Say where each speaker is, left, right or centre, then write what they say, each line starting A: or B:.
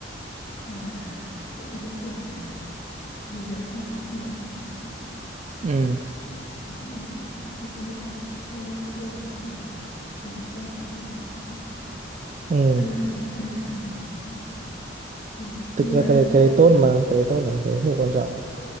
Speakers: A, on the left (about 40°); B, on the right (about 40°).
A: hoặc là cũng có cái kiểu là vì được chăm sóc nhiều quá
B: ừ
A: Đấy, chăm sóc nhiều quá thì tôi nghĩ là đợt đấy tôi đã rơi vào cái kiểu là vì được chăm sóc nhiều quá đấy,
B: ừ
A: ân cần ân cần quá ừ.
B: thực
A: nhưng
B: ra
A: mà
B: cái đấy cái đấy tốt mà cái đấy tốt mà cái đấy hơi quan trọng